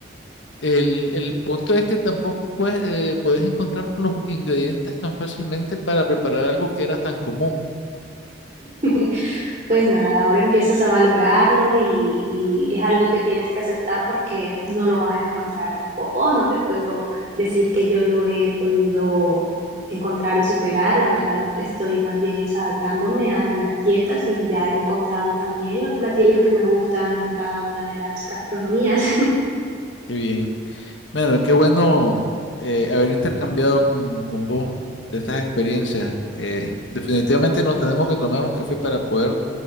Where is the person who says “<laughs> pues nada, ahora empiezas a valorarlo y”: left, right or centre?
Right